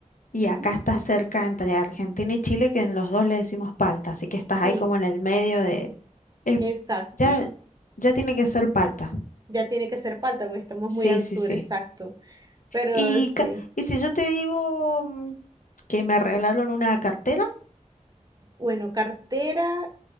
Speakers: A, on the left; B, on the right.
A: Y
B: Ujú.
A: acá estás cerca entre Argentina y Chile, que en los dos le decimos palta, así que estás
B: Sí,
A: ahí como en el medio de... es-
B: exacto.
A: ya, ya tiene que ser palta.
B: Ya tiene que ser palta porque estamos
A: Sí,
B: muy al
A: sí,
B: sur,
A: sí.
B: exacto. Pero
A: Y,
B: sí.
A: ca- y si yo te digo mm, que me regalaron una cartera,
B: Bueno, cartera,